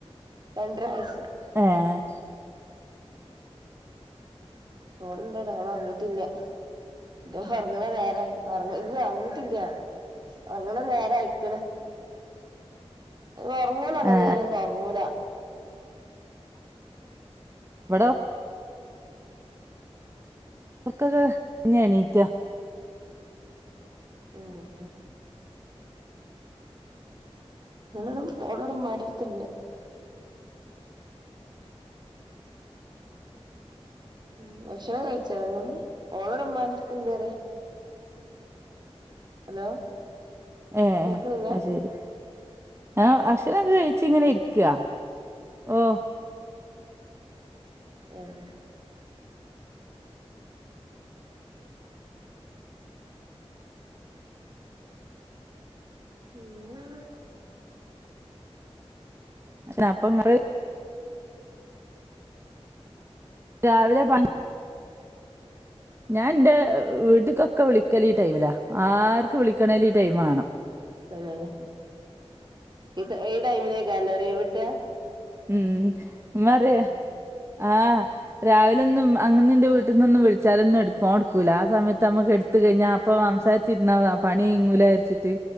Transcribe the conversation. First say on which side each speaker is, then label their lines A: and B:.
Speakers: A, on the right; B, on the right.
A: രണ്ടര വയസ്സ്
B: ഏഹ്
A: മോളുണ്ടവിടെ ഓളൊറങ്ങീട്ടില്ല ഇന്ത ഉറങ്ങണ നേരെ ഇല്ല ഒറങ്ങിട്ടില്ല ഒറങ്ങണ നേരെ അയിക്കണ് ഒറങ്ങൂല അങ്ങനെ
B: ഏ
A: ഇങ്ങനൊന്നും ഒറങ്ങൂല
B: ഇവടൊ ഒർക്കൊക്കെ പിന്നെ എണീറ്റ
A: ഊം ഓളടെ ഓളടെ ഇമ്മാന്റെ അടുത്തുണ്ട് ഉം ഭക്ഷണം കഴിച്ചോ ഇങ്ങള് ഓളോടമ്മാന്റെ അടുത്ത്ണ്ട്‌ പറയ ഹലോ
B: ഏഹ്
A: കേക്ക്ണില്ല
B: അഹ് ശെരി ആഹ് ഭക്ഷണൊക്കെ കഴിച്ചിങ്ങനെ ഇരിക്കാ ഓഹ്
A: ആഹ് <unintelligible>
B: പക്ഷെ അപ്പൊങ്ങള് രാവിലെ പ ഞാൻ ന്റെ വീട്ടിക്കൊക്കെ വിളിക്കല് ഈ ടൈമിലാ ആർക്ക് വിളിക്കണേലും ഈ ടൈം ആവണം
A: തന്നെ ഇ ഈ ടൈമിലയ്ക്കാരം അല്ലെ ഒര് ഒഴിവ് കിട്ടാ
B: ഉം ഇമ്മ അറിയും
A: ഉം
B: ആഹ് രാവിലൊന്നും അങ്ങനെ ഇന്റെ വീട്ടിൽന്നൊന്നും വിളിച്ചാലൊന്നും എടു ഫോൺ എടുക്കൂല്ല ആ സമയത്ത് നമ്മക്ക് എട് ത്ത് കഴിഞ്ഞ അപ്പൊ സംസാരിച്ചിരുന്ന പണി നീങ്ങൂല വിചാരിച്ചിട്ട്